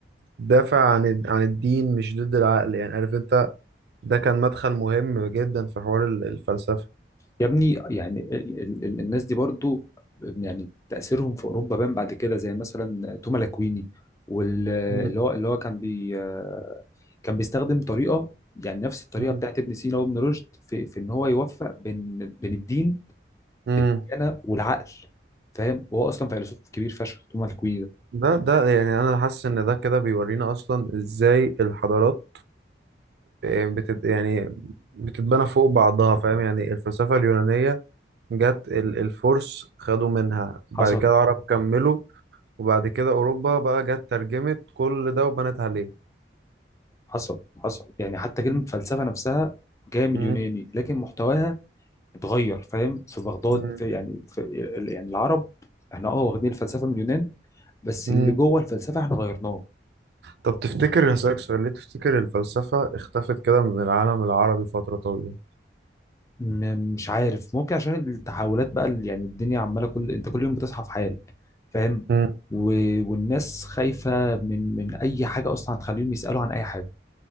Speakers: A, on the right; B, on the left.
A: دافع عن الد- عن الدين مش ضد العقل يعني عارف أنت ده كان مدخل مهم جدا في حوار ال- الفلسفة
B: يا ابني يعني ال- ال- ال- الناس دي برضو يعني تاثيرهم في اوروبا بان بعد كده زي مثلا توما لاكويني واللي
A: مم.
B: هو اللي هو كان بي آه، كان بيستخدم طريقه يعني نفس الطريقه
A: مم.
B: بتاعت ابن سينا وابن رشد في في ان هو يوفق بين بين الدين
A: مم.
B: بين الديانه والعقل فاهم وهو اصلا فيلسوف كبير فشخ توما لاكويني ده
A: ده ده يعني انا حاسس ان ده كده بيورينا اصلا ازاي الحضارات آه، بتت يعني بتتبنى فوق بعضها فاهم يعني الفلسفه اليونانيه جت ال- الفرس خدوا منها بعد
B: حصل
A: كده العرب كملوا وبعد كده اوروبا بقى جت ترجمت كل ده وبنت عليه
B: حصل حصل يعني حتى
A: مم.
B: كلمه فلسفه نفسها جايه من
A: مم.
B: اليوناني لكن محتواها اتغير فاهم في بغداد
A: مم.
B: في يعني في يعني العرب احنا اه واخدين الفلسفه من اليونان بس
A: مم.
B: اللي جوه الفلسفه احنا غيرناه
A: طب تفتكر هسألك سؤال ليه تفتكر الفلسفه اختفت كده من العالم العربي فتره طويله
B: م- مش عارف ممكن عشان التحولات بقى اللي يعني الدنيا عماله كل انت كل يوم بتصحى في حال فاهم
A: مم.
B: و... والناس خايفه من من اي حاجه اصلا هتخليهم يسالوا عن اي حاجه